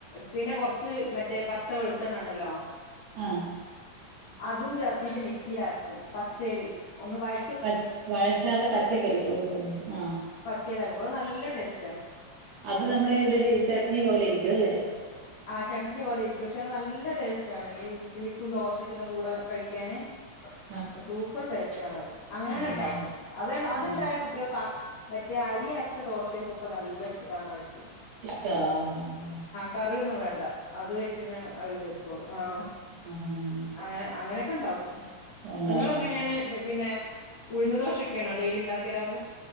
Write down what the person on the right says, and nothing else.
അഹ്
പച് വഴറ്റാതെ പച്ചക്കരിക്കോ? ം ആ
അത് നമ്മളെ ഇഡ്ഡലി ചട്നി പോലെ ഇരിക്കോല്ലെ.
<inaudible>
ആഹ്
ആഹ്
ഇഷ്ടാ ഹ ഹാ
അഹാ ഹ
ഉണ്ടാക്കാം